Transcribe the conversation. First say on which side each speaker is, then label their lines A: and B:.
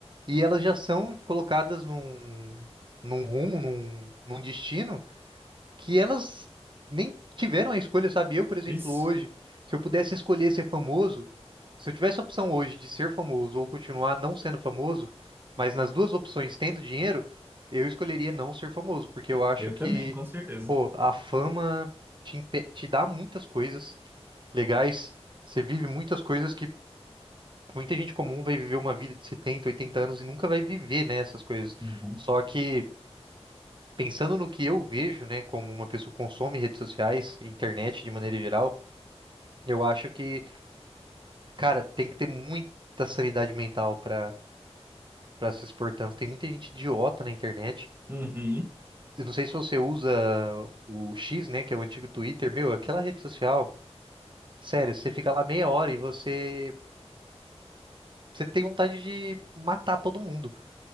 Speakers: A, on the right; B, on the right.
A: e elas já são colocadas num, num rumo, num, num destino que elas nem tiveram a escolha, sabe? Eu, por exemplo,
B: Isso.
A: hoje, se eu pudesse escolher ser famoso, se eu tivesse a opção hoje de ser famoso ou continuar não sendo famoso, mas nas duas opções tendo dinheiro, eu escolheria não ser famoso, porque eu acho
B: Eu
A: que,
B: também, com certeza.
A: pô, a fama te, impe- te dá muitas coisas legais, você vive muitas coisas que muita gente comum vai viver uma vida de 70, 80 anos e nunca vai viver, né, essas coisas.
B: Uhum.
A: Só que pensando no que eu vejo, né, como uma pessoa que consome redes sociais, internet de maneira geral, eu acho que, cara, tem que ter muita sanidade mental para para se expor tanto. Tem muita gente idiota na internet.
B: Uhum.
A: Eu não sei se você usa o X, né, que é o antigo Twitter, meu, aquela rede social. Sério, você fica lá meia hora e você você tem vontade de matar todo mundo,